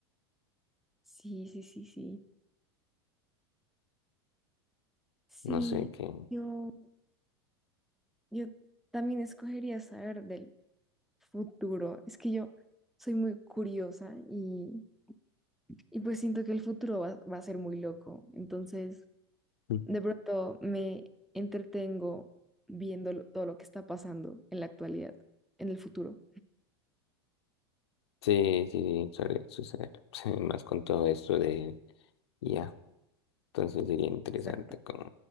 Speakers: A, in the centre; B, on the left.
A: Sí, sí, sí, sí. Sí,
B: No sé qué.
A: yo, yo también escogería saber del futuro. Es que yo soy muy curiosa y, y pues siento que el futuro va, va a ser muy loco. Entonces,
B: Mm.
A: De pronto me entretengo viendo lo- todo lo que está pasando en la actualidad, en el futuro.
B: Sí, sí, sí, suele suceder. <laughs> Sí, Más con todo esto de ya. Entonces sería interesante
A: Exacto.
B: como...